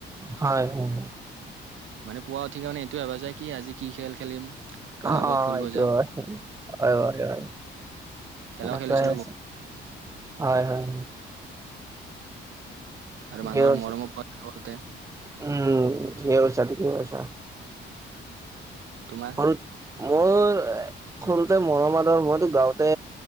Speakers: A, on the right; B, on the right.
A: হয় হয়।
B: মানে পুৱ উঠি কিনে এইটো ভবা যায় কি আজি কি খেল খেলিম। কাৰ
A: অ'
B: লগত
A: সটো
B: ফুৰিব যাম
A: হয় হয় হয় হয়
B: খেলাও
A: সনেকাইে
B: খেলিছিলো
A: আছিল। হয় হয়।
B: আৰু
A: ঠিকে
B: মানুহৰ
A: কৈছা,
B: মৰমো পায় সৰুতে।
A: উম ঠিকেই কৈছা ঠিকেই কৈছা।
B: তোমাৰ
A: সৰুত মোৰ সৰুতে মৰম আদৰ মইতো গাঁওঁতে